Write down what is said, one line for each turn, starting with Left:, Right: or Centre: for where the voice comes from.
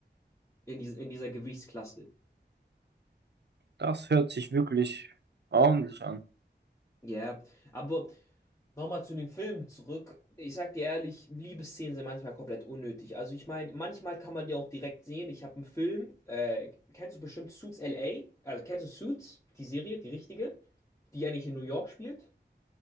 Left: in, dies in dieser Gewichtsklasse.
Right: Das hört sich wirklich ordentlich an.
Left: Ja, aber Nochmal zu dem Film zurück. Ich sag dir ehrlich, Liebesszenen sind manchmal komplett unnötig. Also ich meine, manchmal kann man die auch direkt sehen. Ich habe einen Film, äh, kennst du bestimmt Suits LA? Also kennst du Suits, die Serie, die richtige, die eigentlich in New York spielt?